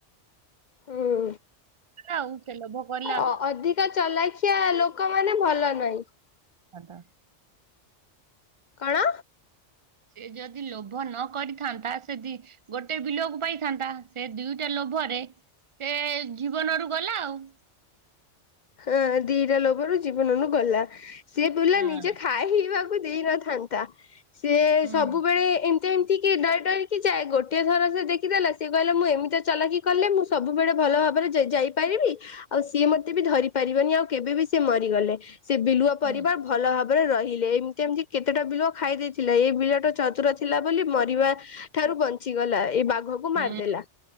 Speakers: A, on the left; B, on the right.
A: ହୁଁ।
B: ଆଉ ସେ ଲୋଭ କଲା
A: ଅ ଅଧିକା ଚାଲାଖିଆ ଲୋକମାନେ ଭଲ ନାଇଁ
B: ସତ।
A: କଣ?
B: ସେ ଯଦି ଲୋଭ ନ କରିଥାନ୍ତା ସେ ଦି ଗୋଟେ ବିଲୁଆକୁ ପାଇଥାନ୍ତା ସେ ଦିଇଟା ଲୋଭରେ ସେ ଜୀବନରୁ ଗଲା ଆଉ
A: ହଁ ଦିଟା ଲୋଭର ଜୀବନରୁୁ ଗଲା ସିଏ କହିଲା
B: ହଁ
A: ନିଜେ ଖାଇବାକୁ ଦେଇନଥାନ୍ତା ସିଏ
B: ହୁଁ
A: ସବୁବେଳେ ଯେମତି କି ଡରି ଡରିକି ଯାଏ ଗୋଟିଏ ଥର ସେ ଦେଖିଦେଲା ସେ କହିଲା ମୁଁ ଏମିତି ଚାଲାକି ଯେ କଲେ ମୁଁ ସବୁବେଳେ ଭଲ ଭାବରେ ଯାଇପାରିବି ଆଉ ସିଏ ମତେ କ ବି ଧରି ପାରିବନି ଆଉ କେବେ ବି ସେ ମରିଗଲେ ସେ ବିଲୁଆ ପରିବାର
B: ହୁଁ
A: ଭଲ ଭାବରେ ରହିଲେ ଏମତି ଏମତି କେତେଟା ବିଲୁଆ ଖାଇ ଦେଇଥିଲା ଏ ବିଲୁଆଟା ଚତୁର ଥିଲା ବୋଲି ମରିବା ଅ ଠାରୁ ବଞ୍ଚିଗଲା ଏଇ ବା ବାଘକୁ
B: ହୁଁ
A: ମାରିଦେଲା